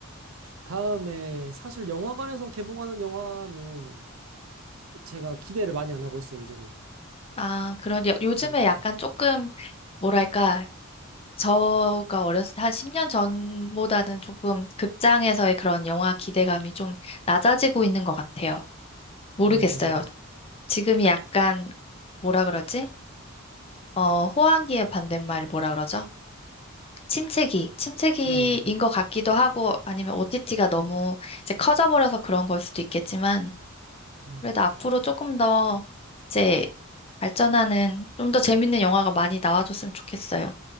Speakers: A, on the right; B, on the left.
A: 다음에 사실 영화관에서 개봉하는 영화는 제가 기대를 많이 안 하고 있어요, 이제는.
B: 아, 그런 요- 요즘에
A: 네.
B: 약간 조금 뭐랄까 저가 어렸을 때 한 10년 전보다는 조금 극장에서의 그런 영화 기대감이 좀 낮아지고 있는 것 같아요. 모르겠어요.
A: 네, 맞아요.
B: 지금이 약간 뭐라 그러지? 어, 호황기의 반대말이 뭐라 그러죠? 침체기, 침체기인
A: 네네.
B: 것 같기도 하고 아니면 OTT가 너무 이제 커져버려서 그런 걸 수도 있겠지만
A: 음.
B: 그래도 앞으로 조금 더 이제 발전하는 좀 더 재밌는 영화가 많이 나와줬으면 좋겠어요.